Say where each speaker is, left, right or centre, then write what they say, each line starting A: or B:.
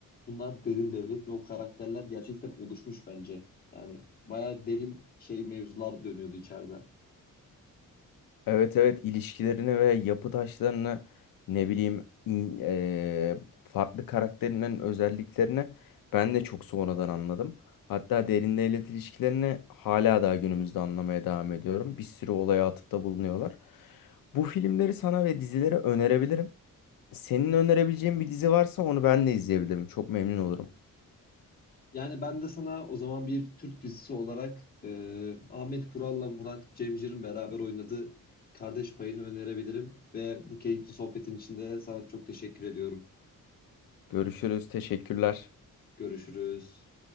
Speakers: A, on the left; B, on the left.
A: bunlar derin devlet ve o karakterler gerçekten oluşmuş bence. Yani bayağı derin şey mevzular dönüyordu içeride.
B: Evet evet ilişkilerini ve yapı taşlarını ne bileyim in- eee, farklı karakterinden özelliklerini ben de çok sonradan anladım. Hatta derin devlet ilişkilerini hala daha günümüzde anlamaya devam ediyorum. Bir sürü olaya atıfta bulunuyorlar. Bu filmleri sana ve dizileri önerebilirim. Senin önerebileceğin bir dizi varsa onu ben de izleyebilirim. Çok memnun olurum.
A: Yani ben de sana o zaman bir Türk dizisi olarak e, Ahmet Kural'la Murat Cemcir'in beraber oynadığı Kardeş Payı'nı önerebilirim. Ve bu keyifli sohbetin içinde sana çok teşekkür ediyorum.
B: Görüşürüz. Teşekkürler.
A: Görüşürüz.